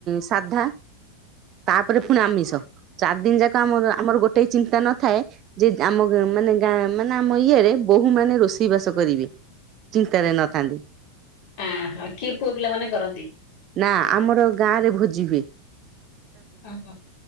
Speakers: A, on the right; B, on the left.
A: ସାଧା। ତାପରେ ପୁଣି ଆମିଷ ଚାରି ଦିନ ଯାକ ଆମ ଆମର ଗୋଟେ ଚିନ୍ତା ନଥାଏ। ଯେ ଆମ ମାନେ ଗାଁ ମାନେ ଆମ ଇୟରେ ବୋହୁ ମାନେ ରୋଷେଇ ବାସ କରିବେ। ଚିନ୍ତାରେ ନଥାନ୍ତି।
B: ଅହୋ କିଏ ପୁଅ ପିଲାମାନେ କରନ୍ତି।
A: ନା ଆମର ଗାଁ ରେ ଭୋଜିିହୁଏ।
B: ଓହୋ